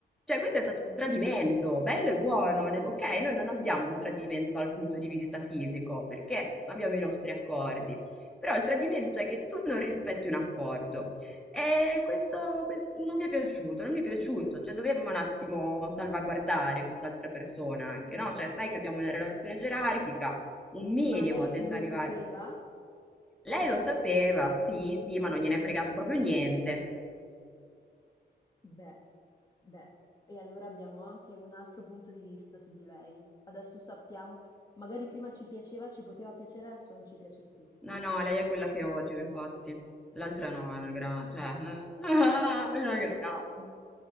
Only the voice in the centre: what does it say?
Cioè, questo è stato un tradimento, bello e buono. ne- Ok, noi non abbiamo il tradimento dal punto di vista fisico, perché abbiamo i nostri accordi. Però il tradimento è che tu non rispetti un accordo. E questo, ques- non mi è piaciuto, non mi è piaciuto, cioè doveva un attimo salvaguardare quest'altra persona anche, no? Cioè sai che abbiamo una relazione gerarchica, un minimo,
senza
arrivare...
Lei
lo sapeva,
sì, sì, ma
non gliene è
fregato proprio niente.
No, no, lei è quella che odio, infatti. L'altra no, è una grande, cioè, <laughs> è una grande.